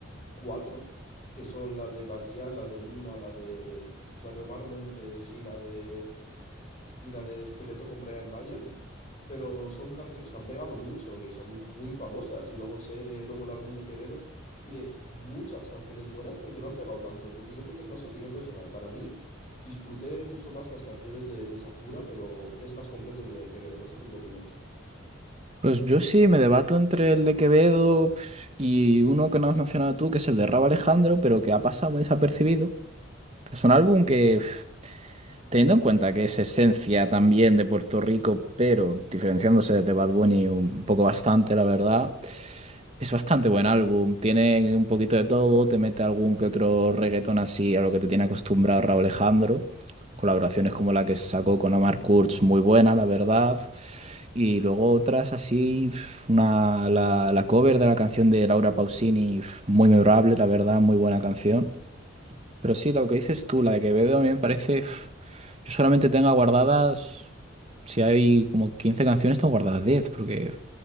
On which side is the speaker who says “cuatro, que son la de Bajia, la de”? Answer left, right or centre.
Left